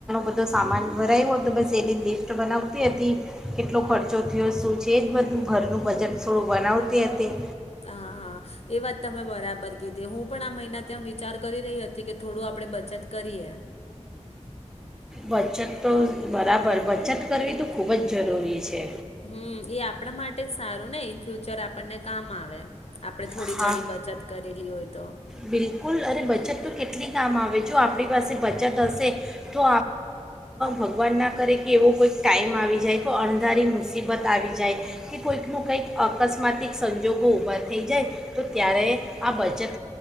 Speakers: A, in the centre; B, on the left.
A: બધો સામાન ભરાયવો તો બસ એની લિસ્ટ બનાવતી હતી કેટલો ખર્ચો થયો શું છે જ બધું ઘરનું બજાર થોડું બનાવતી હતી
B: હા હા એ વાત તમે બરાબર કીધી હું પણ, આ મહિના ત્યાં વિચાર કરી રહી હતી કે થોડું આપડે બચત કરીએ.
A: બચત તો બરાબર બચત કરવી તો ખૂબ જ જરૂરી છે
B: હમ, એ આપણા માટે જ સારું ને ઈનફ્યુચર આપણને કામ આવે. આપડે થોડી
A: હા
B: ઘણી બચત કરેલી હોય, તો <unintelligible>
A: બિલકુલ અરે બચત તો કેટલી કામ આવે, જો આપણી પાસે બચત હશે તો ભગવાન ના કરે કે એવો કોઈક ટાઈમ આવી જાય કો અણધારી મુસીબત આવી જાય કે, કોઈકનું કંઈક અકસ્માતિક સંજોગો ઊભા થઈ જાય તો, ત્યારે આ બચત